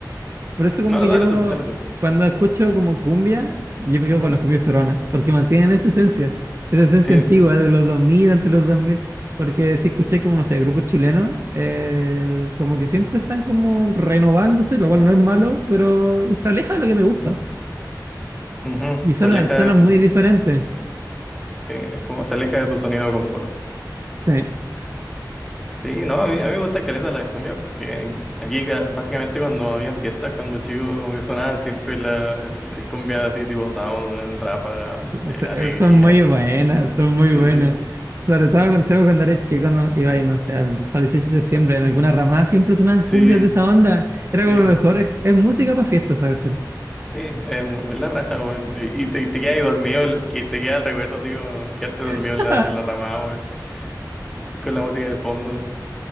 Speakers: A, on the right (about 35°); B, in the centre.
A: Por eso
B: no,
A: como que
B: dale
A: yo
B: tú, dale tú.
A: cuando escucho como cumbia, yo me quedo
B: Ujú,
A: con las cumbias peruanas, porque mantienen esa esencia, esa esencia
B: Sí,
A: antigua de los 2000, entre los 2000, porque si escucháis como, no sé, grupos chilenos, eh, como que siempre están como renovándose, lo cual no es malo, pero se aleja de lo que me gusta
B: ujú,
A: y suena,
B: Se aleja
A: suena
B: de tu,
A: muy diferente.
B: sí, es como se aleja de tu sonido de confort.
A: Sí,
B: Sí, no, a mí, a mí me gustan caleta las cumbias porque aquí ca- básicamente cuando había fiestas, cuando chicos como que sonaban siempre la, la cumbia así tipo Sound, Ráfaga,
A: S-
B: eh,
A: se-
B: Alegría.
A: Son muy buenas, son muy
B: Sí,
A: buenas.
B: eh,
A: Sobre todo con Seba cuando eres chico, no, iba y no sé, al, para 18 de septiembre, en alguna ramada siempre sonaban
B: sí,
A: cumbias de esa onda. Era
B: sí,
A: como lo mejor, es, es música para fiestas, ¿sabes?
B: sí, es mu- es la raja, weón. Y te, te quedas ahí dormido, el- que te queda el recuerdo así como quedarte dormido
A: <laughs>
B: en la, en la ramada, weón. Y con la música de fondo.